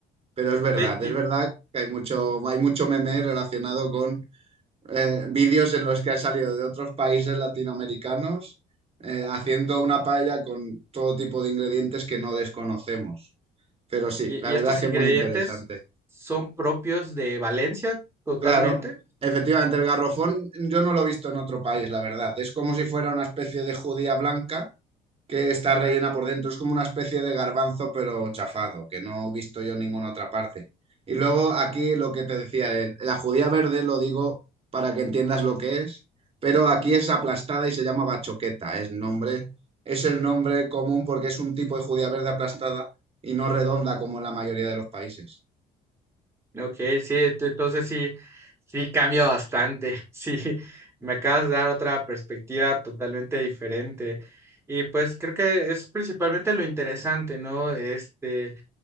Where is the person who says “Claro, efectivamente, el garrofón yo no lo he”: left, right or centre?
Right